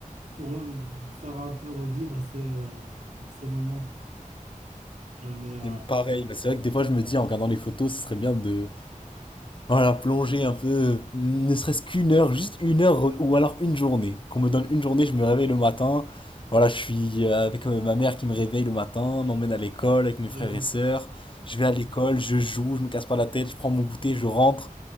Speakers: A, on the right (about 60°); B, on the left (about 35°).
A: pour euh, faire un peu revivre ces, euh, ces moments. Euh, Mais, euh,
B: Et pareil,
A: voilà.
B: bah, c'est vrai que des fois je me dis en regardant les photos, ce serait bien de voilà, plonger un peu, euh, ne serait-ce qu'une heure, juste une heure euh, ou alors une journée. Qu'on me donne une journée, je me réveille le matin. Voilà, je suis euh, avec euh, ma mère qui me réveille le matin, m'emmène à l'école avec mes
A: mais,
B: frères
A: oui.
B: et sœurs. Je vais à l'école, je joue, je me casse pas la tête, je prends mon goûter, je rentre.